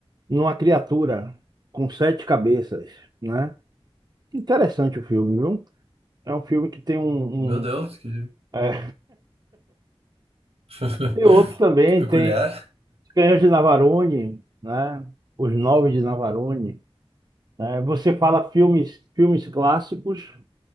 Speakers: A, on the right; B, on the right.
A: numa criatura com sete cabeças, né? Interessante o filme, viu? É um filme que tem um,
B: meu Deus,
A: um-
B: que,
A: é,
B: <laughs>
A: tem outro também,
B: que peculiar.
A: tem Os Canhões de Navarone, né? Os Nove de Navarone. né? Você fala filmes, filmes clássicos,